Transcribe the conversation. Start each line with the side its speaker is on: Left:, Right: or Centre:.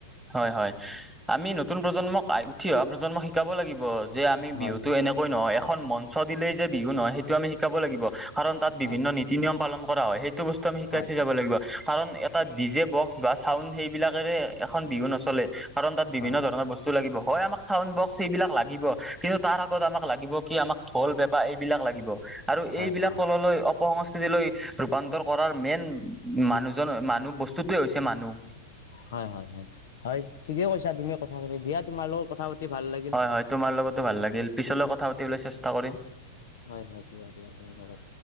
Centre: হয়, হয় আমি নতুন প্ৰজন্মক উঠি অহা প্ৰজন্মক শিকাব লাগিব যে আমি
Left: হয়
Centre: বিহুতো এনেক কৈ নহয় এখন মঞ্চ দিলেই যে বিহু নহয় সেইটো আমি শিকাব লাগিব। কাৰণ তাত বিভিন্ন
Left: হয়
Centre: নি নীতি নিয়ম পালন কৰা হয়। সেইটো বস্তু আমি শিকাই
Left: হয়
Centre: থৈ
Left: হয়
Centre: যাব লাগিব। কাৰণ এটা ডি জে বক্স বা চাউন সেইবিলাকেৰে এখন বিহু নচলে। কাৰণ, তাত বিভিন্ন
Left: হয়
Centre: ধৰণৰ
Left: হয়
Centre: বস্তু লাগিব হয় আমাক চাউন্ড বক্স এইবিলাক লাগিব কিন্তু তাৰ আগত আমাক লাগিব কি আমাক ঢোল, পেঁপা এইবিলাক লাগিব আৰু
Left: হয়
Centre: এইবিলাক
Left: হয়
Centre: তললৈ অপসংস্কৃতিলৈ ৰূপান্তৰ কৰাৰ মেইন মানুহজন মানুহ বস্তুটোৱেই হৈছে মানুহ।
Left: হয়, হয়, হয় হয় ঠিকে কৈছা তুমি কথা পাতি দিয়া তোমাৰ লগত কথা পাতি ভাল লাগিল।
Centre: হয় হয় তোমাৰ লগতো ভাল লাগিল পিছলৈ কথা পাতিবলৈ চেষ্টা কৰিম।
Left: হয়, হয় দিয়া দিয়া ধন্যবাদ।